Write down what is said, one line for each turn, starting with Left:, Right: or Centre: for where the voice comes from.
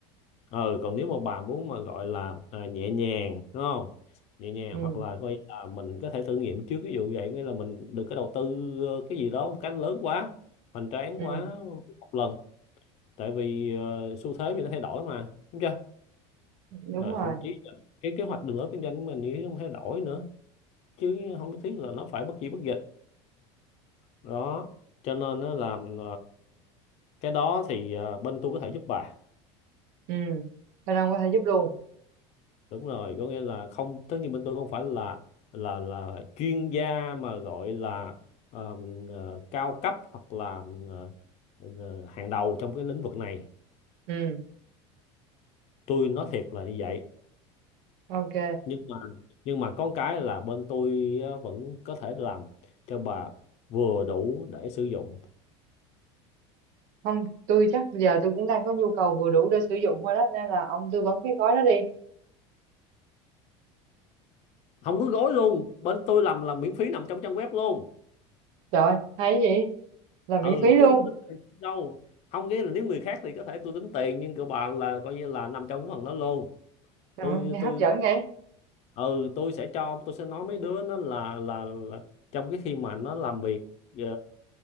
Left: ừ còn nếu mà bà muốn mà gọi là à, nhẹ nhàng đúng không nhẹ nhàng
Right: ừ
Left: hoặc là coi là mình có thể thử nghiệm trước ví dụ vậy nghĩa là mình đừng có đầu tư ờ, cái gì đó một cách lớn quá hoành tráng
Right: ừ
Left: quá một lần tại vì ờ, xu thế thì nó thay đổi mà đúng chưa
Right: đúng
Left: rồi
Right: rồi
Left: thậm chí là cái kế hoạch đường lối kinh doanh của mình như thế cũng thay đổi nữa chứ không nhất thiết là nó phải bất gì bất dịch đó cho nên nó làm cái đó thì ờ, bên tôi có thể giúp bà
Right: ừ Thanh Long có thể giúp luôn
Left: đúng rồi có nghĩa là không tất nhiên bên tôi không phải là là là chuyên gia mà gọi là ờm, ờ, cao cấp hoặc là ờ, ờ, hàng đầu trong cái lĩnh vực này
Right: ừ
Left: tôi nói thiệt là như vậy
Right: ok
Left: nhưng mà nhưng mà có cái là bên tôi ờ, vẫn có thể làm cho bà vừa đủ để sử dụng
Right: không tôi chắc giờ tôi cũng đang có nhu cầu vừa đủ để sử dụng thôi đó nên là ông tư vấn cái gói đó đi
Left: không có gối luôn bên tôi làm là miễn phí nằm trong trang web luôn
Right: trời hay gì? là miễn
Left: ừ
Right: phí luôn
Left: chứ không tính tiền đâu không nghĩa là nếu người khác thì có thể tôi tính tiền nhưng của bà là coi như là nằm trong cái phần đó luôn
Right: ừ,
Left: tôi
Right: nghe
Left: tôi
Right: hấp dẫn vậy
Left: ừ tôi sẽ cho tôi sẽ nói mấy đứa nó là, là là trong cái khi mà nó làm việc ờ,